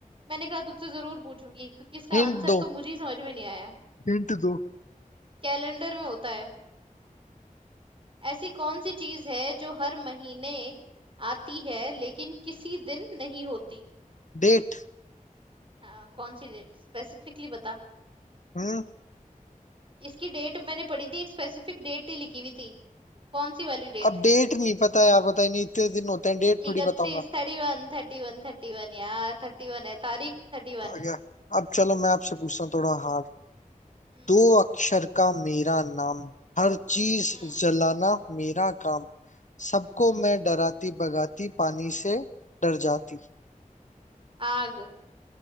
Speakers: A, on the right; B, on the left.
A: मैंने कहा तुझसे जरूर पूछूंगी क्योंकि इसका
B: हिंट
A: आंसर
B: दो
A: तो मुझे ही समझ में नहीं आया
B: हिंट दो
A: कैलेंडर में होता है ऐसी कौन सी चीज है जो हर महीने आती है लेकिन किसी दिन नहीं होती
B: डेट
A: हाँ कौन सी डेट स्पेसिफिकली बता
B: हम्म
A: इसकी डेट मैंने पढ़ी थी एक स्पेसिफिक डेट ही लिखी हुई थी कौन सी वाली डेट
B: अब डेट नहीं पता यार बताइए नहीं इतने दिन होते हैं डेट थोड़ी
A: इकतीस
B: बताऊंगा
A: thirty one thirty one thirty one यार थर्टी वन है तारीख थर्टी वन
B: आ गया अब चलो मैं आपसे पूछता हूँ थोड़ा हार्ड
A: हम्म
B: दो अक्षर का मेरा नाम हर चीज
A: हम्म
B: जलाना मेरा काम सबको
A: हम्म
B: मैं डराती भगाती पानी से डर जाती
A: आग